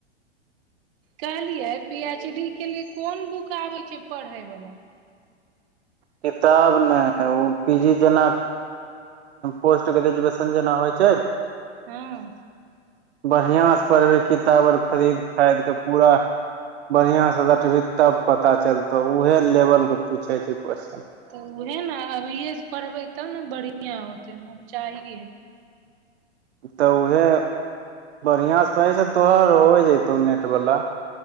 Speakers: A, on the right; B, on the right.
A: कहलियै पी एच डी के लिए कोन बुक आबै छै पढ़ै वला?
B: किताब नहि ओ पी जी जेना पोस्ट ग्रेजुएशन जेना होय छैय,
A: हँ
B: बढ़ियां पढहभी किताब आर खरीद खरीद के पूरा बढ़िया से रटबही तब पता चलतौ उहे लेवल के पूछे छैयह क्वस््चन
A: तऽ उएह ने अभियएसँ पढ़बै तब ने बढ़िआँ होतै हमरा चाहिये।
B: तऽ उहे। बढ़ियां से पै छै तोहर हो जतौ नेट वाला